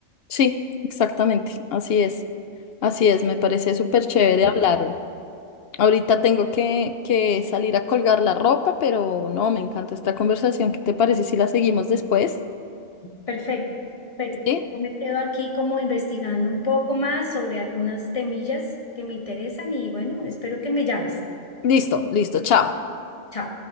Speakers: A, on the left; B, on the left.
A: Sí, exactamente. Así es, así es. Me parece súper
B: Sí,
A: chévere hablarlo. Ahorita tengo que, que salir a colgar la ropa, pero no, me encanta esta conversación. ¿Qué te parece si la seguimos después?
B: perfecto, perfecto.
A: Sí.
B: Yo me quedo aquí como investigando un poco más sobre algunas temillas que me interesan y bueno, espero que me llames.
A: Listo, listo, chao.
B: Chao.